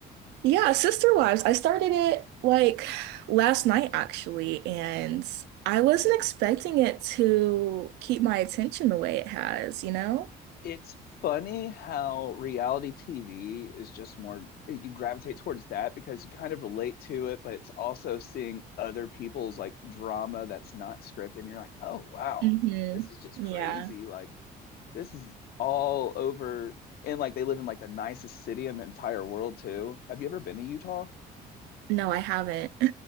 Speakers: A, on the right (about 85°); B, on the left (about 65°).
A: yeah, Sister Wives, I started it like last night actually, and I wasn't expecting it to keep my attention the way it has, you know?
B: it's funny how reality TV is just more, you gravitate towards that because you kind of relate to it, but it's also seeing other people's like drama that's not scripted. And you're like, oh, wow,
A: hmm
B: this is just
A: Yeah.
B: crazy. Like, this is all over. And like, they live in like the nicest city in the entire world, too. Have you ever been to Utah?
A: No, I haven't.